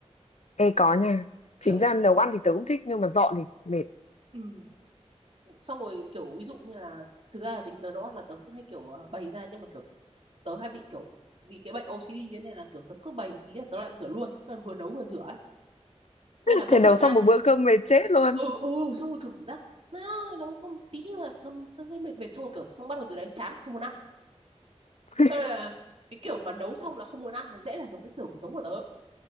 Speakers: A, on the left; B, on the right.
A: ê có nha chính
B: kiểu
A: ra nấu ăn thì tớ cũng thích nhưng mà dọn thì mệt
B: ừ, xong rồi kiểu ví dụ như là thực ra là tính tớ nấu ăn là tớ cũng hay kiểu ờ, bày ra nhưng mà kiểu tớ hay bị kiểu vì cái bệnh OCD như thế này là kiểu tớ cứ bày một tí là tớ lại rửa luôn cho nên vừa nấu vừa rửa ấy. nên là mất
A: thế nấu
B: thời gian
A: xong một bữa cơm mệt chết luôn
B: ừ ừ xong rồi kiểu cảm giác má nấu có một tí mà xong xong thấy mệt mệt xong rồi kiểu xong bắt đầu từ đấy chán không muốn ăn
A: <laughs>
B: Xong rồi là cái kiểu mà nấu xong là không muốn ăn là dễ là giống cái kiểu của giống của tớ